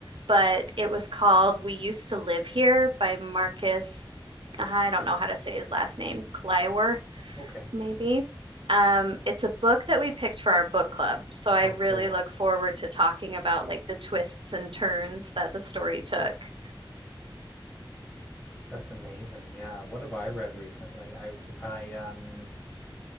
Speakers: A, on the right; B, on the left.
A: but it was called We Used to Live Here by Marcus, I don't know how to say his last name, Kleiwer.
B: <laughs> okay.
A: maybe. Um, it's a book that we picked for our book club, so I
B: Oh,
A: really
B: cool.
A: look forward to talking about like the twists and turns that the story took.
B: That's amazing. Yeah. What have I read recently? I I um